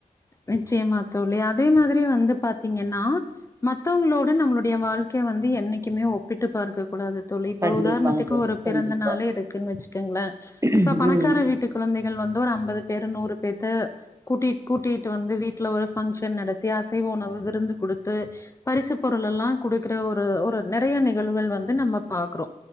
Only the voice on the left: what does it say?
நிச்சயமா தோழி அதே மாதிரி வந்து பாத்தீங்கன்னா மத்தவங்களோட நம்மளுடைய வாழ்க்கை வந்து என்னைக்குமே ஒப்பிட்டு பார்க்க கூடாது தோழி இப்ப
உதாரணத்துக்கு
ஒரு பிறந்த
நாளே இருக்குன் வச்சுக்கங்ள
இப்ப பணக்கார
வீட்டுக் கொழந்தைகள் வந்து ஒரு ஐம்பது பேரு நூறு பேத்த கூட்டி கூட்டிட்டு வந்து வீட்ல ஒரு ஃபங்க்ஷன் நடத்தி அசைவ உணவு விருந்து குடுத்து பரிசு பொருள் எல்லா குடுக்கற ஒரு ஒரு நறைய நிகழ்வுகள் வந்து நம்ம பாக்றோ